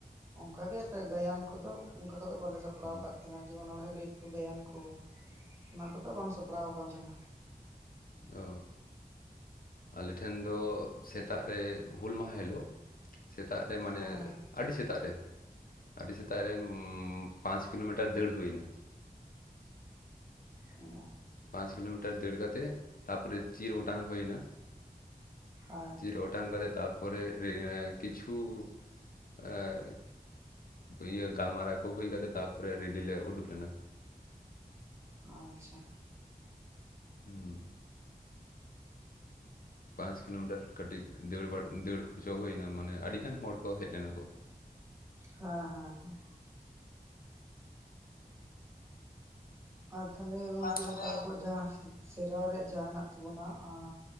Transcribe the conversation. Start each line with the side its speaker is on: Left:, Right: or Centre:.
Right: ᱚᱱᱠᱟ ᱜᱮ ᱜᱟᱭᱟᱱ ᱠᱚᱫᱚ ᱚᱱᱠᱟ ᱠᱚᱫᱚ ᱵᱟᱞᱮ ᱥᱟᱯᱲᱟᱣ
Left: ᱦᱩᱸ
Right: ᱟᱠᱟᱫ ᱛᱟᱸᱦᱮᱱᱟ ᱡᱮᱢᱚᱱ ᱚᱸᱲᱦᱮ ᱞᱟᱹᱭ ᱠᱚ ᱜᱟᱭᱟᱱ ᱠᱚ ᱚᱱᱟ ᱠᱚᱫᱚ ᱵᱟᱝ ᱥᱟᱯᱲᱟᱣ ᱠᱟᱱ ᱛᱟᱸᱦᱮᱱᱟ
Left: ᱚ ᱟᱞᱮ ᱴᱷᱮᱱ ᱫᱚ ᱥᱮᱛᱟᱜ ᱨᱮ ᱦᱩᱞ ᱢᱟᱦᱟ ᱦᱤᱞᱳᱜ ᱥᱮᱛᱟᱜ ᱨᱮ ᱢᱟᱱᱮ
Right: ᱦᱮᱸ
Left: ᱟᱹᱰᱤ ᱥᱮᱛᱟᱜ ᱨᱮ ᱟᱹᱰᱤ ᱥᱮᱛᱟᱜ ᱨᱮ <unintelligible> ᱯᱟᱸᱪ ᱠᱤᱞᱳᱢᱤᱴᱟᱨ ᱫᱟᱹᱲ ᱦᱩᱭ ᱱᱟ
Right: ᱚ
Left: ᱯᱟᱸᱪ ᱠᱤᱞᱳᱢᱤᱴᱟᱨ ᱫᱟᱹᱲ ᱠᱟᱛᱮᱫ ᱛᱟᱯᱚᱨᱮ ᱪᱤᱨ ᱚᱴᱟᱝ ᱦᱩᱭ ᱮᱱᱟ
Right: ᱟᱸᱻ
Left: ᱛᱚ, ᱚᱴᱟᱝ ᱠᱟᱛᱮ ᱛᱟᱨᱯᱚᱨᱮ ᱠᱤᱪᱷᱩ ᱮᱸᱻ ᱤᱭᱟᱹ ᱜᱟᱞᱢᱟᱨᱟᱣ ᱠᱚ ᱦᱩᱭ ᱠᱟᱛᱮᱫ ᱛᱟᱯᱚᱨᱮ ᱨᱮᱞᱤ ᱞᱮ ᱩᱰᱩᱠ ᱞᱮᱱᱟ
Right: ᱟᱪᱪᱷᱟ
Left: ᱦᱩᱸ ᱯᱟᱸᱪ ᱠᱤᱞᱳᱢᱤᱴᱟᱨ ᱠᱟᱹᱴᱤᱡ ᱫᱟᱹᱲ ᱵᱟᱲᱟ ᱫᱟᱹᱲ ᱦᱚᱪᱚ ᱦᱩᱭᱱᱟ ᱢᱟᱱᱮ ᱟᱹᱰᱤᱜᱟᱱ ᱦᱚᱲ ᱠᱚ ᱦᱮᱡ ᱞᱮᱱᱟ ᱠᱚ
Right: ᱦᱚᱸ ᱦᱚᱸ ᱦᱚᱸ ᱟᱨ ᱛᱟᱦᱞᱮ ᱜᱚᱝᱠᱮ
Left: ᱟᱨ ᱛᱟᱦᱚᱞᱮ
Right: ᱚᱝᱠᱟ ᱟᱵᱚᱣᱟᱜ ᱡᱟᱦᱟᱸ ᱥᱮᱨᱣᱟ ᱨᱮᱭᱟᱜ ᱡᱟᱦᱟᱸ ᱦᱮᱱᱟᱜ ᱛᱟᱵᱚᱱᱟ ᱮᱸᱻ